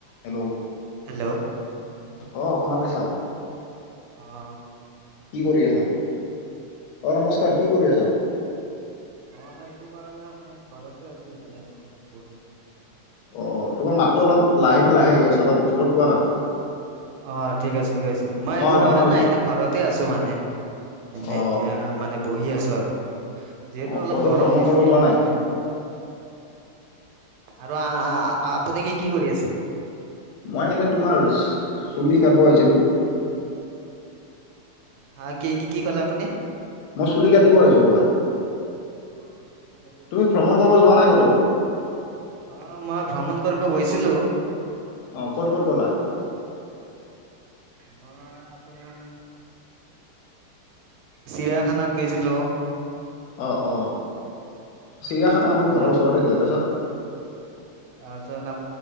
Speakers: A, on the left; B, on the right.
A: Hello
B: hello.
A: অ' শুনা পাইছা?
B: অহ'
A: কি কৰি আছা, অ' নমস্কাৰ কি কৰি আছা?
B: অ' সেইটো কাৰণে মানে ঘৰতে আছোঁ এতিয়া আৰু বহুত দিন।
A: অ' তোমাৰ মাতটো অলপ লাহেকে লাহে আহি আছে অলপ জোৰত কোৱা না।
B: অ' ঠিক আছে গৈ আছোঁ। মই
A: অ
B: একো
A: এইটো
B: কৰা
A: শুনা পাইছো
B: নাই এনে ঘৰতে আছোঁ মানে এনেই
A: অ
B: এতিয়া মানে বহি আছোঁ আৰু। যিহেতু
A: অ
B: অলপ
A: ক'তো
B: গৰম
A: ভ্ৰমণ
B: দিছি
A: কৰিব যোৱা
B: আৰু
A: নাই
B: এতিয়া। আৰু আ আপুনি কি কি কৰি আছে?
A: মই এনে তোমাৰ চুলি কাটব আহিছিলোঁ।
B: হা কি কি কি ক'লে আপুনি।
A: মই চুলি কাটিব আহিছোঁ ৰবা।
B: অহ' অ' চুলি কাটিব
A: তুমি
B: আহিছে,
A: ভ্ৰমণ কৰিব যোৱা নাই ক'তো
B: অ' মই ভ্ৰমণ কৰিব গৈছি ছিলো।
A: অহ' ক'ত, ক'ত, গ'লা।
B: মই আপোনাৰ চিৰায়াখানাত গৈছিলোঁ।
A: অ' অ' চিৰিয়াখানা
B: তাৰপিছত
A: মোৰ ঘৰৰ ওচৰতে দিয়া। তাৰপিছত
B: তাৰপিছত